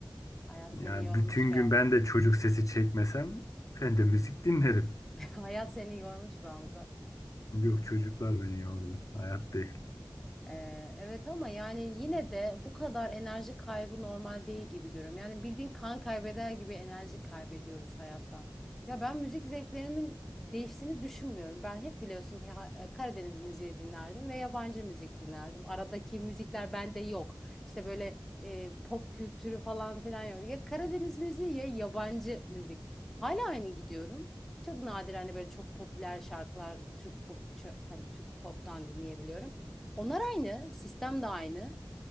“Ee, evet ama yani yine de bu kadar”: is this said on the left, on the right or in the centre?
Centre